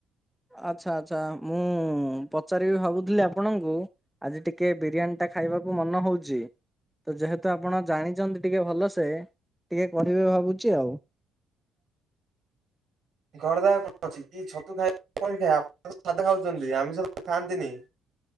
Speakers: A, in the centre; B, on the right (about 60°).
A: ଆଚ୍ଛା ଆଚ୍ଛା ମୁଁ ପଚାରିବି ଭାବୁଥିଲି ଆପଣଙ୍କୁ ଆଜି ଟିକେ ବିରିୟାନୀ ଟା ଖାଇବାକୁ ମନ ହଉଚି। ତ ଯେହେତୁ ଆପଣ ଜାଣିଛନ୍ତି ଟିକେ ଭଲସେ ଟିକେ କରିବେ ଭାବୁଛି ଆଉ। <inaudible>
B: କରି ଦବା କଣ ଅଛି। କି ଛତୁ ଖାଇବେ ଆପଣ ଖାଉଛନ୍ତି ଆମିଷ ଖାଆନ୍ତିନି।